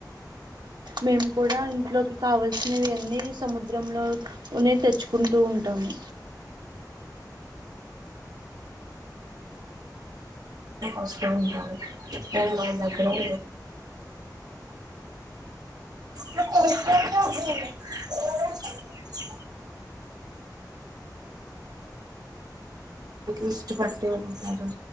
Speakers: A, on the right; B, on the right.
A: మేము కూడా ఇంట్లోకి కావాల్సినవివన్నీ సముద్రంలోనే తెచ్చుకుంటూ ఉంటాము
B: కష్టం ఉంటారుం నా గ్నం <inaudible> ఇష్టపడిన్న